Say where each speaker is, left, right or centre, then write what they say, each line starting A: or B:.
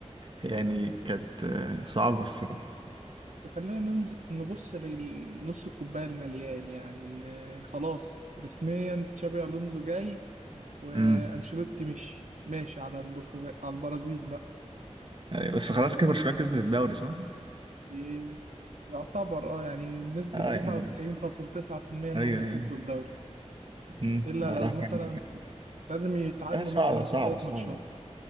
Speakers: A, on the right; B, on the right.
A: يعني كانت آه، صعبة الصراحة
B: فخلينا ننز- نبص لنص الكوباية المليان يعني إن خلاص رسميا تشابي ألونزو جاي وانشيلوتي
A: امم
B: مش ماشي على البرتغال على البرازيل بقى
A: ايوه بس خلاص كده برشلونة كسبت الدوري صح؟
B: إيه، يعتبر اه يعني بنسبة
A: اه
B: تسعة
A: يعني
B: وتسعين فاصل تسعة في المية إن
A: ايوه
B: هم كسبوا
A: ايوه
B: الدوري
A: امم
B: إلا
A: والله
B: لو مثلا
A: كان
B: لازم يتعادلوا
A: لا صعبة
B: مثلا
A: صعبة
B: في الثلاث
A: صعبة
B: ماتشات